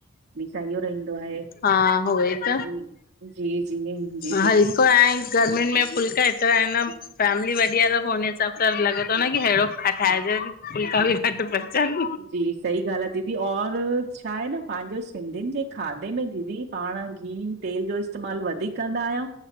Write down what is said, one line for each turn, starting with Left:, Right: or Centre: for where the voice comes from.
Right: मीसां इहो रहीन्दो आहे।
Left: हा होई त
Right: जी जी जी दीदी
Left: हा हिकु आइं गर्मियुनि में फुल्का एतिरा आहि नम फैमिली वड्डी आहे त पो उन्हे हिसाब सां लॻे तो न की हेड़ो ठाइजे कि फुलका ॿि पचं <unintelligible>
Right: जी सही ॻाल्हि आ दीदी और छा आहे न पांजो सिंधियुनि जे खाधे में, दीदी पांण घी तेल जो इस्तेमालु वधीक कंदा आहियंऊ।